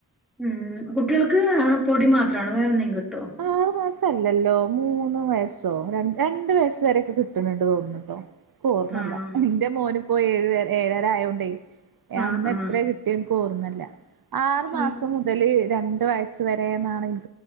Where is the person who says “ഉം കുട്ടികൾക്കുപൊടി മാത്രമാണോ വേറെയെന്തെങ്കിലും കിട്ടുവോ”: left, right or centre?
Centre